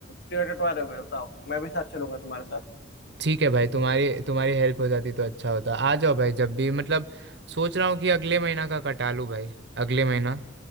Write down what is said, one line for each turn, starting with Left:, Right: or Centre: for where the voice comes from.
Left: टिकट कटवा रहे हो मेरा बताओ मैं भी साथ चलूंगा तुम्हारे साथ
Right: ठीक है भाई तुम्हारी तुम्हारी हेल्प हो जाती तो अच्छा होता आ जाओ भाई जब भी मतलब सोच रहा हूँ कि अगले महीना का कटा लूँ भाई अगले महीना